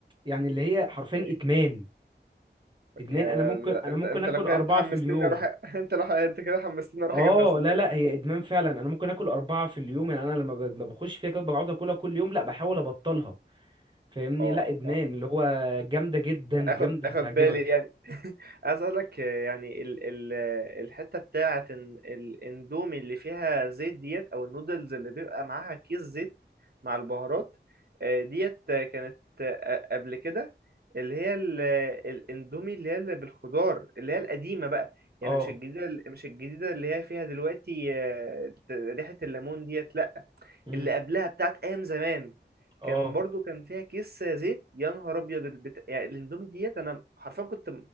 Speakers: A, on the right; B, on the right.
A: يعني اللي هي حرفيا
B: ايه
A: ادمان ادمان
B: يا يا-
A: انا ممكن انا
B: انت
A: ممكن
B: انت
A: اكل
B: لو كده
A: اربعه
B: انت حمستني
A: في اليوم
B: اروح <laughs> انت لو انت كده حمستني اروح
A: اه
B: اجيبها صدق
A: لا لا هي ادمان فعلا انا ممكن اكل اربعه في اليوم يعني انا لما ب- لما بخش فيها كده بقعد اكلها كل يوم لا بحاول ابطلها فاهمني
B: اه
A: لا ادمان اللي هو جامده جدا
B: اخد
A: جامده
B: اخد
A: هتعجبك
B: بالي يعني <laughs> عايز اقول لك آه، يعني ال ال آه، الحته بتاعه إن الاندومي اللي فيها زيت ديت او النودلز اللي بيبقى معاها كيس زيت مع البهارات آه، ديت آه، كانت آه، قبل كده اللي هي ال- آه، الاندومي اللي هي اللي بالخضار اللي هي القديمه بقى يعني
A: اه
B: مش الجديده مش الجديده اللي هي فيها دلوقتي آه، ريحه الليمون ديت لا
A: امم
B: اللي قبلها بتاعت ايام زمان
A: اه
B: كان برضو كان فيها كيس زيت يا نهار ابيض البت... يعني الاندومي ديت انا حرفيا كنت